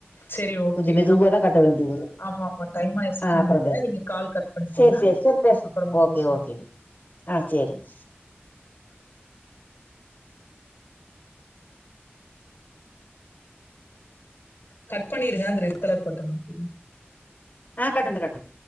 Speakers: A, on the left; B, on the left.
A: சரி ஓகே
B: கொஞ்ச மெதுவா
A: நம்ம
B: தா கட்ட வேண்டிய வரு
A: ஆமா ஆமா டைம் ஆயிடுச்சுன்னு
B: ஆ அப்பற
A: நெனைக்கிறே
B: பேச
A: நீங்க கால் கட் பண்ணிக்கோங்க
B: சேர் சேர் செரி பேச
A: அப்புறமா
B: ஓகே
A: பேசுவோம்.
B: ஓகேங்க ஆ சேரிங்க
A: கட் பண்ணிருங்க அந்த ரெட் கலர் பட்டன் அமுக்கிருங்க
B: ஆ கட்டன்த கட்டன்த